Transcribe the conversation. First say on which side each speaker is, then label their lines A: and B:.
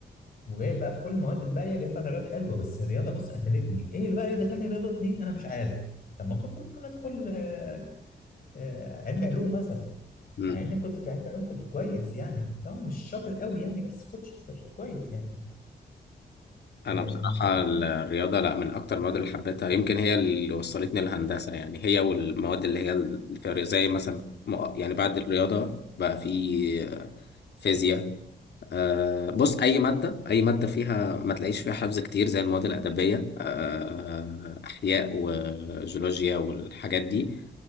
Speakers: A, on the left; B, on the left.
A: وجايب بقى في كل المواد الباقيه جايب فيها درجات حلوه بس الرياضه بص قتلتني ايه اللي بقى اللي دخلني رياضه اتنين انا مش عارف طب ما كنت ممكن ادخل آه، آه، علم علوم مثلا
B: مم.
A: مع اني كنت في علم علوم كنت كويس يعني طبعا مش شاطر قوي يعني بس كنت شاطر كويس يعني
B: انا
A: آم،
B: بصراحه الرياضه لا من اكتر المواد اللي حبيتها يمكن هي اللي وصلتني للهندسه يعني هي والمواد اللي هي اللي فيها زي مثلا م- يعني بعد الرياضه بقى في فيزياء آه، بص اي ماده اي ماده فيها ما تلاقيش فيها حفظ كتير زي المواد الادبيه آه، احياء وجيولوجيا والحاجات دي